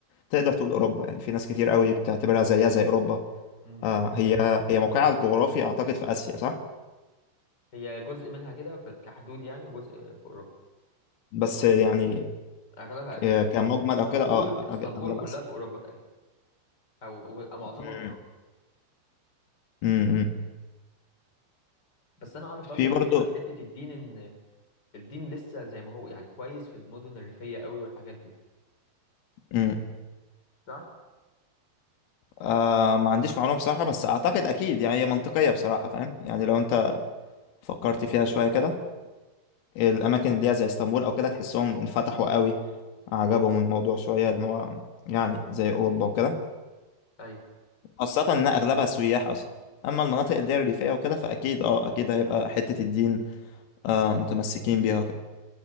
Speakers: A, on the left; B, on the left.
A: تقدر تقول أوروبا يعني في ناس كتير قوي بتعتبرها زيها زي أوروبا
B: مم.
A: آه هي هي موقعها الجغرافي أعتقد في آسيا صح؟
B: هي جزء منها كده في- كحدود يعني وجزء في اوروبا
A: بس يعني
B: اغلبها
A: ك-
B: اسيا
A: آه، كمجمل
B: اسطنبول
A: أو كده أه
B: اسطنبول
A: أج- أغلب
B: كلها
A: آسيا
B: في اوروبا تقريبا او أو معظمها
A: مم.
B: في اوروبا
A: مم.
B: بس انا اعرف برضو
A: في
B: بالنسبه
A: برضو
B: لحته الدين ان الدين لسه زي ما هو يعني كويس في المدن الريفيه قوي والحاجات دي
A: مم.
B: صح
A: آه ما عنديش معلومة بصراحة بس أعتقد أكيد يعني هي منطقية بصراحة فاهم يعني لو أنت فكرت فيها شوية كده الأماكن اللي هي زي اسطنبول أو كده تحسهم انفتحوا قوي عجبهم الموضوع شوية إن هو يعني زي أوروبا وكده
B: ايوه
A: خاصة إن أغلبها سياح أصلا أما المناطق اللي هي الريفية وكده فأكيد أه أكيد هيبقى حتة الدين آه متمسكين بيها وكده